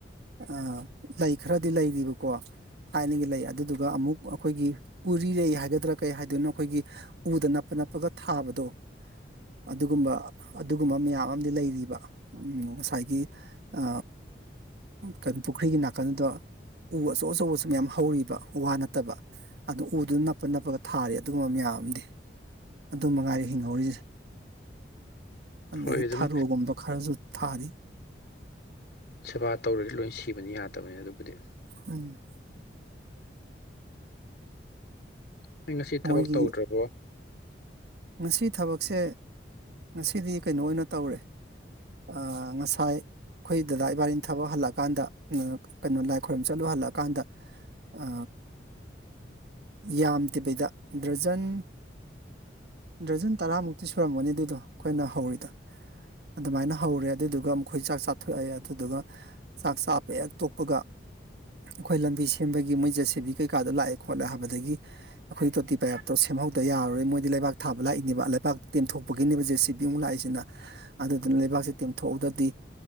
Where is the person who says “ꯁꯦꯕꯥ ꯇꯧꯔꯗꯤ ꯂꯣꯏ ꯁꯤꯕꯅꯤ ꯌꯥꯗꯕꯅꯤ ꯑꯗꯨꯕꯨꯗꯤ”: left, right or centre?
Left